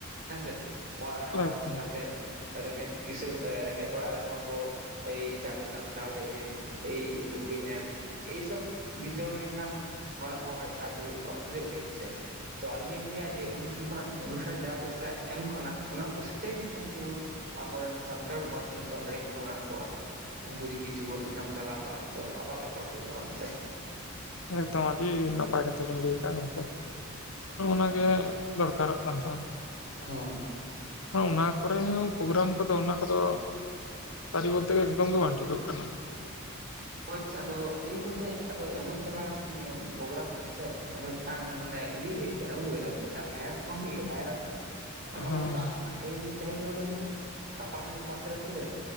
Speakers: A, on the right; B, on the left.
A: ᱦᱮᱸᱥᱮ ᱚᱲᱟᱜ ᱨᱮ ᱚᱲᱟᱜ
B: ᱮᱠᱫᱚᱢ
A: ᱥᱮᱱ ᱠᱟᱛᱮᱫ ᱨᱮᱸᱜᱮᱡ ᱠᱤᱥᱟᱹᱬ ᱨᱮᱸᱜᱮᱡ ᱚᱲᱟᱜ ᱨᱮᱱ ᱦᱚᱲ ᱠᱚ ᱮᱭ ᱪᱟᱞᱮ ᱫᱟᱜ ᱪᱟᱞᱮ ᱮᱢ ᱮᱭ ᱞᱩ ᱠᱩᱲᱤ ᱮᱢ ᱮᱭᱥᱚᱵ ᱵᱤᱛᱚᱨᱚᱱ ᱞᱮᱱᱠᱷᱟᱱ ᱦᱚᱲᱟᱜ ᱠᱚᱸ ᱠᱟᱹᱡ ᱥᱟᱦᱟᱡᱽᱡᱚ ᱦᱩᱭ ᱠᱚᱜᱼᱟ, ᱵᱩᱡᱷᱟᱹᱣ ᱠᱤᱫᱟᱵᱮ ᱥᱮ? ᱛᱚ ᱟᱞᱤᱧ ᱞᱤᱧ ᱞᱟᱹᱭᱟ ᱡᱮ ᱚᱱᱩᱥᱩᱞ ᱠᱷᱚᱱᱟᱜ ᱚᱱᱩᱥᱴᱷᱟᱱ ᱡᱟ ᱯᱚᱭᱥᱟ ᱮᱢ ᱠᱷᱚᱱᱟᱜ ᱚᱱᱟ ᱯᱚᱥᱛᱮ ᱡᱤᱫ ᱩᱱᱠᱩ ᱟᱵᱚᱨᱮᱱ ᱥᱟᱱᱛᱟᱲ ᱦᱚᱲ ᱛᱤᱱᱟᱹᱜ ᱜᱟᱱ ᱨᱮᱸᱜᱮᱡ ᱠᱚ ᱢᱮᱱᱟᱜ ᱠᱚᱣᱟ ᱩᱱᱠᱩ ᱡᱮ ᱠᱤᱪᱷᱩ ᱵᱚᱱ ᱮᱢ ᱪᱟᱞᱟᱣ ᱠᱟᱜ ᱛᱚ ᱟᱵᱚᱣᱟᱜ ᱜᱮᱛᱚ ᱵᱷᱟᱜᱤ ᱫᱚ ᱛᱟᱵᱚᱱᱟ ᱥᱮ
B: ᱮᱠᱫᱚᱢ ᱟᱹᱰᱤ ᱱᱟᱯᱟᱭ ᱠᱟᱛᱟ ᱜᱮᱢ ᱞᱟᱹᱭ ᱠᱟᱜᱼᱟ ᱜᱚᱝᱠᱮ ᱾ ᱱᱚᱜᱼᱚ ᱱᱚᱣᱟ ᱜᱮ ᱫᱚᱨᱠᱟᱨᱚᱜ ᱠᱟᱱ ᱛᱟᱥ
A: ᱩᱦᱩᱸ
B: ᱚᱱᱟ ᱠᱚᱨᱮ ᱦᱚᱸ ᱯᱳᱜᱨᱟᱢ ᱠᱚᱫᱚ ᱚᱱᱟ ᱠᱚᱫᱚ ᱥᱟᱹᱨᱤ ᱵᱚᱞᱛᱮᱜᱮ ᱮᱠᱫᱚᱢ ᱜᱮ ᱵᱟᱝ ᱴᱷᱤᱠᱩᱜ ᱠᱟᱱᱟ᱾
A: ᱦᱳᱭᱥᱮ ᱟᱫᱚ ᱱᱤᱭᱟᱹ ᱠᱚᱫᱚ ᱟᱫᱚ ᱮᱢᱚᱱ ᱪᱟᱵᱟ ᱟᱠᱟᱱᱟ ᱥᱮ ᱱᱤᱭᱟᱹ ᱯᱳᱜᱨᱟᱢ ᱠᱚᱫᱚ ᱥᱮ ᱟᱫᱚ ᱢᱤᱫᱴᱟᱝ ᱢᱟᱱᱮ ᱤᱫᱤ ᱦᱤᱡ ᱪᱮᱜ ᱟᱱᱟ ᱵᱩᱡᱷᱟᱹᱣ ᱠᱮᱫᱟ ᱵᱮᱥᱮ ᱮᱴᱟᱜ ᱵᱷᱟᱭᱨᱟᱥ ᱵᱟᱝ ᱦᱩᱭᱩᱜ ᱵᱷᱟᱭᱨᱟᱥ ᱚᱱᱚᱼᱚᱱᱚᱝᱠᱟ
B: ᱦᱮᱸ
A: ᱟᱠᱟᱱᱟ ᱾ ᱛᱮᱦᱮᱧ ᱛᱮᱦᱮᱧ ᱱᱚᱰᱮ ᱦᱩᱭᱱᱟ ᱜᱟᱯᱟ ᱠᱷᱟᱱ ᱜᱮ ᱯᱟᱥᱮᱨ ᱟᱛᱩ ᱨᱮ᱾